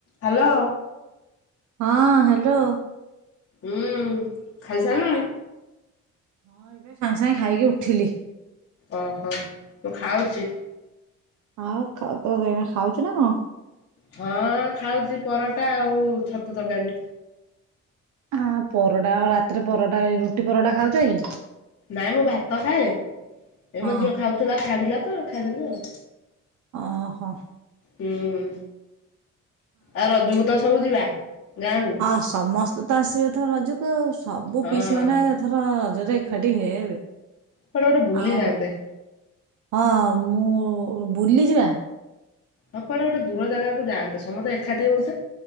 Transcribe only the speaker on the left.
Hello.
ହୁଁ ଖାଇ ସାରିଲୁଣି?
ଓହୋ ମୁଁ ଖାଉଚି?
ହଁ ଖାଉଛି ପରଟା ଆଉ ଛତୁ ତରକାରୀ।
ନାଇଁ ମୁଁ ଭାତ ଖାଏ ଏ
ମୋ ଝିଅ ଖାଉଥିଲା ଛାଡ଼ିଲା ତ ଖାଇଦେଲି ଆଉ।
ହୁଁ। ଆଉ ରଜକୁ ତ ସବୁ ଯିବା? ଗାଁକୁ
ହଁ
କୁଆଡେ ଗୋଟେ ବୁଲି
ଯାଆନ୍ତେ।
ହଁ କୁଆଡେ ଗୋଟେ ଦୂର ଜାଗାକୁ ଯାଆନ୍ତେ ସମସ୍ତେ ଏକାଠି ହୋଉଚେ